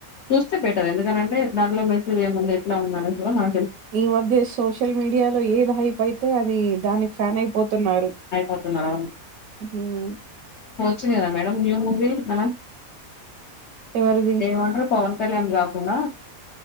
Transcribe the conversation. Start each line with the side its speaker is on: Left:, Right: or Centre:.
Left: చూస్తే బెటర్ ఎందుకనంటే దాంట్లో మెసేజ్ ఏముంది ఎట్లా ఉంది అనేది కూడా మన
Right: ఈ మధ్య సోషల్ మీడియాలో ఏది హైప్ అయితే అది దానికి ఫ్యాన్ అయిపోతున్నారు
Left: పోతున్నారు అవును
Right: హ్మ్
Left: చ్చింది కదా మేడం న్యూ మూవీ మన
Right: ఎవరిది
Left: ఏమంటారు పవన్ కళ్యాణ్ కాకుండా